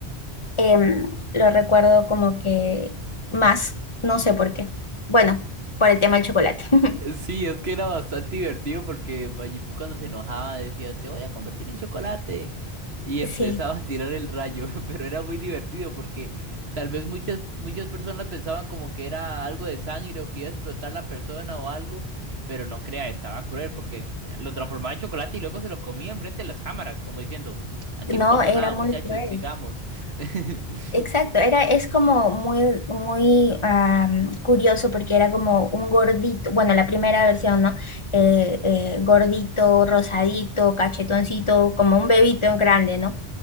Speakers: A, on the left; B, on the right.
A: em, lo recuerdo como que más, no sé por qué. Bueno, por el tema del chocolate. <laughs>
B: Sí, es que era bastante divertido porque Majin Buu cuando se enojaba decía, te voy a convertir en chocolate. Y empezaba
A: Sí,
B: a tirar el rayo, <laughs> pero era muy divertido porque tal vez muchas, muchas personas pensaban como que era algo de sangre o que iba a explotar la persona o algo, pero no crea, estaba cruel porque lo transformaba en chocolate y luego se lo comía enfrente de las cámaras, como diciendo, aquí
A: no,
B: no pasó
A: era
B: nada,
A: muy
B: muchachos,
A: cruel.
B: sigamos. <laughs>
A: Exacto, era, es como muy, muy am, curioso porque era como un gordito, bueno, la primera versión, ¿no? Eh,
B: <laughs>
A: eh, gordito, rosadito, cachetoncito, como un bebito grande, ¿no?